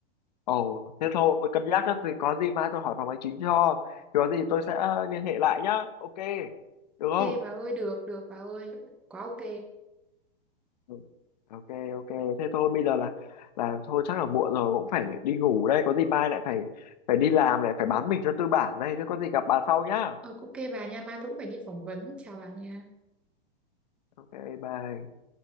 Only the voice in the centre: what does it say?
ok bà ơi được được bà ơi quá ok
ờ, ok bà nha mai tôi cũng phải đi phỏng vấn chào bà nha